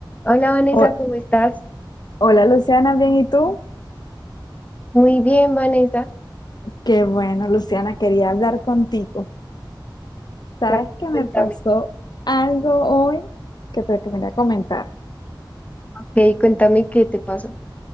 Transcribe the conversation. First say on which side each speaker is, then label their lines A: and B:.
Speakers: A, on the left; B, on the left.
A: Hola Vanessa,
B: Ho-
A: ¿cómo estás?
B: Hola Luciana, bien, ¿y tú?
A: Muy bien, Vanessa.
B: Qué bueno, Luciana, quería hablar contigo. ¿Sabes
A: Ya,
B: que
A: Cuéntame.
B: me pasó algo hoy que te quería comentar?
A: Ok, cuéntame qué te pasó.